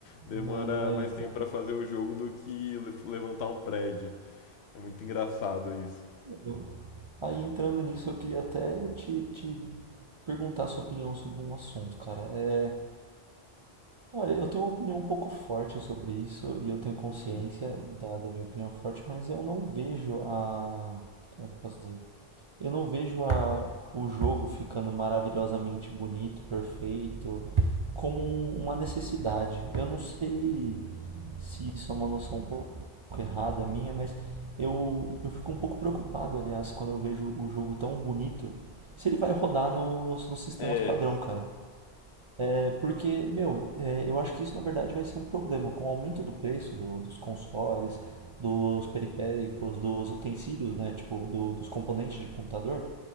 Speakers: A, on the left; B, on the right.
A: demora
B: é,
A: mais
B: então.
A: tempo pra fazer o jogo do que le- levantar um prédio. É muito engraçado isso.
B: eu- Aí entrando nisso, eu queria até te, te perguntar a sua opinião sobre um assunto, cara. É, olha, eu tenho uma opinião um pouco forte sobre isso e eu tenho consciência
A: Hum.
B: da, da minha opinião forte, mas eu não vejo a. Como é que eu posso dizer? Eu não vejo a- o jogo ficando maravilhosamente bonito, perfeito, como um- uma necessidade. Eu não sei se isso é uma noção um pouco errada minha, mas eu, eu fico um pouco preocupado, aliás, quando eu vejo o jogo tão bonito, se ele vai rodar nos, nos sistemas
A: É,
B: padrão, cara. É porque, meu, é, eu acho que isso na verdade vai ser um problema. Com o aumento do preço do- dos consoles, dos periféricos, dos utensílios, né? Tipo, do- dos componentes de computador,